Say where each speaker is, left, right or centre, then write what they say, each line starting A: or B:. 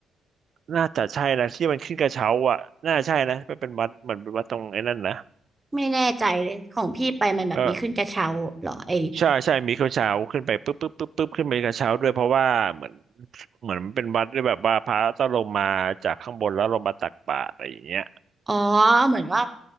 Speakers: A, on the right; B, on the right.
A: น่าจะใช่นะที่มันขึ้นกระเช้าอ่ะน่าใช่นะมันเป็นวัดเหมือนเป็นวัดตรงไอ้นั่นนะ
B: ไม่แน่ใจเลยของพี่ไปมันแบบมีขึ้นกระเช้าเหรอไอ
A: เออใช่ใช่มีกระเช้าขึ้นไปปุ๊บปุ๊บปุ๊บปุ๊บขึ้นไปกระเช้าด้วยเพราะว่าเหมือนเหมือนมันเป็นวัดด้วยแบบว่าพระต้องลงมาจากข้างบนแล้วลงมาตักบาตรอะไรอย่างเงี้ย
B: อ๋อเหมือนว่า